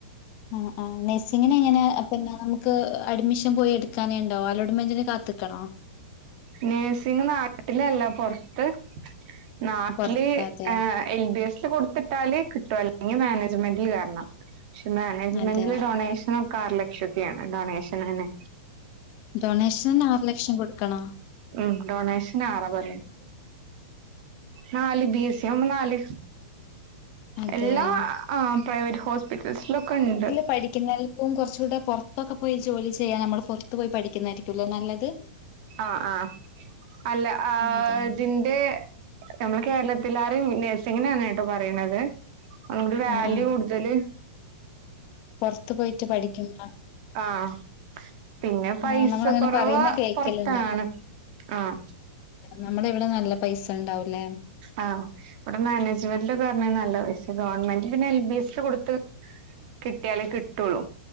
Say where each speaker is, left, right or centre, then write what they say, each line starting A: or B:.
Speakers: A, on the left; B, on the right.
A: ആഹ് ആഹ് നെയ്സിങ്ങിനെങ്ങെനേ അ പിന്നെ നമുക്ക് അഡ്മിഷം പോയി എട്ക്കാന്ണ്ടാേ അലോട്ട്മെന്റിന് കാത്ത്ക്കണോ?
B: നെഴ്സിംഗ് നാട്ടിലല്ല പൊർത്ത് നാട്ട്ല്
A: പുറത്ത് അതെ
B: ഏഹ് എൽ ബി എസ് കൊട്ത്ത്ട്ടാല് കിട്ടും അല്ലെങ്കി മാനേജ്മെന്റ്ല് കേറ്ണം പക്ഷെ മാനേജ്മെന്റില്
A: അതെയോ
B: ഡൊണേഷെനൊക്കെ ആറ് ലക്ഷത്തിയാണ് ഡൊണേഷെനെന്നെ
A: ഡൊണേഷെനെന്നെ ആറ് ലക്ഷം കൊട്ക്കണോ?
B: ഉം ഡൊണേഷെനാറാ പറ <unintelligible> നാല് ബി എസ്സിയാവുമ്പം നാല്
A: അതെയോ
B: എല്ലാ ആഹ് പ്രൈവറ്റ് ഹോസ്പിറ്റെൽസ്‌ലൊക്കെണ്ട്
A: പഠിക്ക്ന്നെൽ ക്കും കൊർച്ചൂടെ പൊർത്തൊക്കെ പോയി ജോലി ചെയ്യാ നമ്മള് പൊർത്ത് പോയി പഠിക്ക്യുന്നായ്രിക്കുലേ നല്ലെത്
B: ആഹ് ആഹ് അല്ല ആതിൻ
A: അതന്നെ
B: ന്റെ ഞമ്മളെ കേരളത്തിലാറിം നേഴ്സിങ്ങിനാണ് കെട്ടോ പറയ്ണെത് നമുക്ക് വാല്യൂ
A: ആ ആ
B: കൂട്തെല്
A: പൊർത്ത് പോയ്ട്ട് പഠിക്ക്യുന്ന
B: ആഹ് പിന്നെ പൈസ
A: ആ നമ്മളങ്ങനെ
B: കൊറവ്
A: പറയുന്ന കേക്കലുണ്ട്
B: പൊർത്താണ് ആഹ്
A: നമ്മളെവിടെ നല്ല പൈസണ്ടാവുലേ
B: ആഹ് ഇവ്ടെ മാനേജ്മെന്റ്ലൊക്കെർഞ്ഞാ നല്ല പൈസേ ഗവൺമെന്റ്ല് പിന്നെ എൽ ബി എസ് ല് കൊട്ത്ത് കിട്ട്യാലേ കിട്ടൊള്ളു